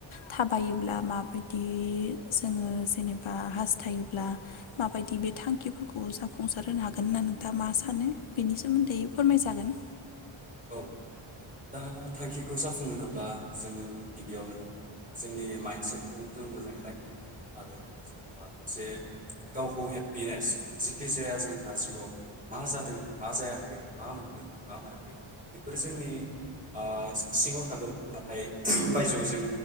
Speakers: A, on the left; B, on the right.
A: थाबायोब्ला माबायदि जोङो जेनेबा हास्थायोब्ला माबायदि बे थांखिफोरखौ जाफुंसार होनो हागोन होनना नोंथाङा मा सानो बेनि सोमोन्दै फोरमायजागोन।
B: औ दा थांखिखौ जाफुंहोनोब्ला जोङो गिबियावनो जोंनि माइनसेतखौ जों मोजाङै लाखिनांगोन आरो जोंहा जे गावखौ हेपिनेस जिखि जाया जोंहा जिउआव मा जादों मा जायाखै मा मोनदों मा मोनाखै बेफोरो जोंनि ओ सिङाव थागोन नाथाय <unintelligible> बायजोआव जों